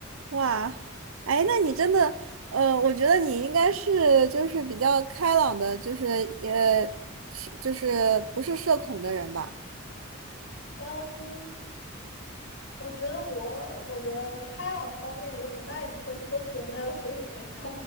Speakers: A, on the right; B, on the left.
A: 哇，哎，那你真的，呃，我觉得你应该是就是比较开朗的，就是也是就是不是社恐的人吧？
B: 嗯，我觉得我我的开朗方面有很大一部分是都点在了学语言上。